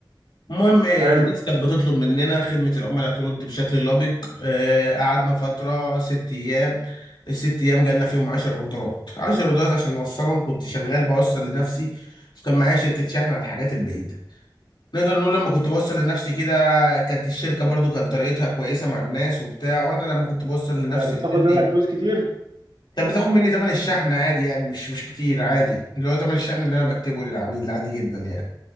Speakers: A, on the left; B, on the right.
A: المهم آه،
B: حلو
A: الناس كانت بتطلب مننا خدمة العملاء ترد بشكل لبق آه، قعدنا فترة ست أيام الست أيام جالنا فيهم عشر أوردرات عشر أوردرات عشان نوصلهم كنت شغال بوصل لنفسي وكان معايا شركة شحن على الحاجات البعيدة نقدر نقول لما كنت بوصل لنفسي كده كانت الشركة برضو كانت طريقتها كويسة مع الناس وبتاع وأنا لما كنت بوصل لنفسي
B: كانت بتاخد
A: اللي
B: منك فلوس كتير
A: كانت بتاخد مني تمن الشحن عادي يعني مش مش كتير عادي اللي هو تمن الشحن اللي أنا بكتبه للعميل عادي جدا يعني